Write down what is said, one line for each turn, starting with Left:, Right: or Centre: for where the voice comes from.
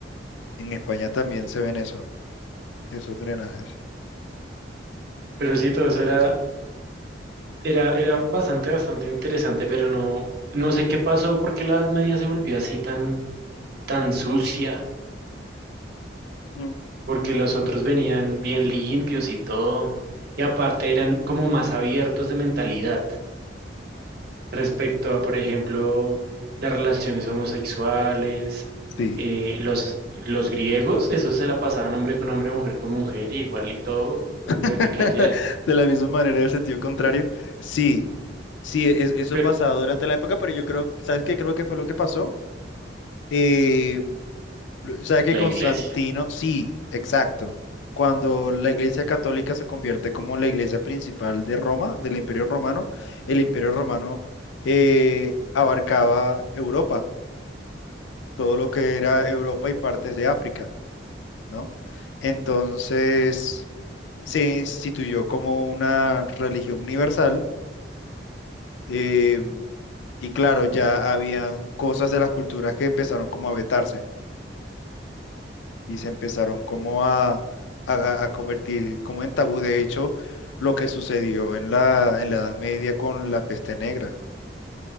Left: En España también se ven eso, esos drenajes.
Right: Pero sí, todo eso era, era, era bastante, bastante interesante, pero no, no sé qué pasó porque la Edad Media se volvió así tan, tan sucia,
Left: Mm,
Right: porque
Left: mm,
Right: los otros venían bien limpios y todo, y aparte eran como más abiertos de mentalidad. respecto a, por ejemplo, las relaciones homosexuales,
Left: Sí.
Right: eh, los, los griegos, eso se la pasaban hombre con hombre, mujer con mujer, y igual y todo lo
Left: <laughs>
Right: que cayera,
Left: De la misma manera, en el sentido contrario. Sí, sí, es- eso
Right: pero
Left: pasaba durante la época, pero yo creo, ¿sabes qué? Creo que fue lo que pasó. eh, O sea que
Right: la
Left: Constantino,
Right: iglesia.
Left: sí, exacto. Cuando la Iglesia Católica se convierte como la Iglesia principal de Roma, del Imperio Romano, el Imperio Romano eh, abarcaba Europa, todo lo que era Europa y partes de África, ¿no? Entonces se instituyó como una religión universal eh, y claro, ya habían cosas de las culturas que empezaron como a vetarse. y se empezaron como a, a- a convertir como en tabú, de hecho, lo que sucedió en la, en la Edad Media con la peste negra.